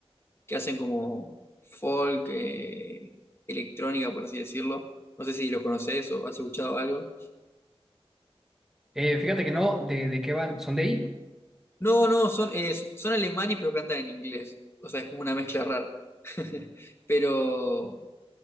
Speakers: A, on the left (about 25°); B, in the centre.
A: que hacen como folk, eh, electrónica, por así decirlo. No sé si los conoces o has escuchado algo.
B: Eh, fíjate que no, ¿de, de qué van? ¿Son de ahí?
A: No, no, son, eh, son alemanes pero cantan en inglés. O sea, es como una mezcla rara. <laughs> Pero,